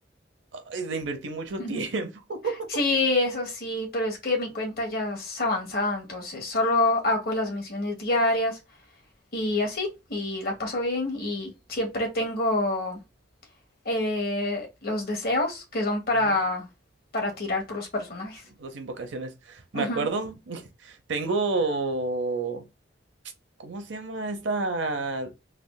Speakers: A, on the right (about 75°); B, on the left (about 50°).
A: ay, le invertí mucho tiempo.
B: <laughs>
A: <laughs>
B: Sí, eso sí, pero es que mi cuenta ya es avanzada, entonces solo hago las misiones diarias. Y así, y la paso bien y siempre tengo eh, los deseos que son para,
A: Ujú.
B: para tirar por los personajes.
A: Dos invocaciones. Me
B: Ujú.
A: acuerdo, <laughs> tengo ¿Cómo se llama esta?